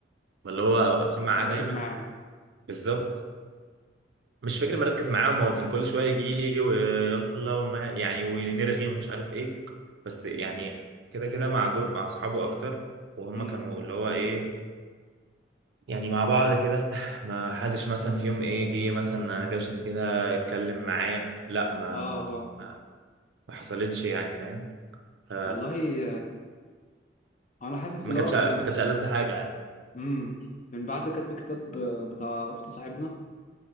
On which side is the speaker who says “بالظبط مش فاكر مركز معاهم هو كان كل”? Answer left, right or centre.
Right